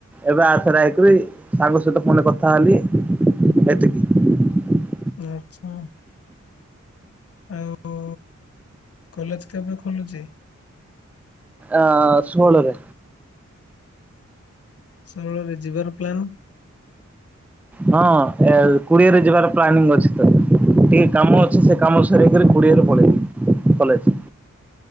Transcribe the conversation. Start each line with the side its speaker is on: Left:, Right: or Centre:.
Centre: ଏବେ ଆର୍ ଥରେ ଆଇ କରି ସାଙ୍ଗ ସହିତ ଫୋନ୍ ରେ କଥା ହେଲି ଏତିକି
Left: ଆ ଚ୍ଛା ଆଉ! କଲେଜ କେବେ ଖୋଲୁଚି?
Centre: ଆଁ ସୁହଳରେ
Left: ସୁହଳରେ ଯିବାର ପ୍ଲାନ
Centre: ହଁ ଏ କୁଡିଏରେ ଯିବାର ପ୍ଲାନିଂ ଅଛି ତ, ଟିକେ କାମ ଅଛେ ସେ କାମ ସାରିକରି କୁଡିଏରେ ପଳେଇବି କଲେଜ।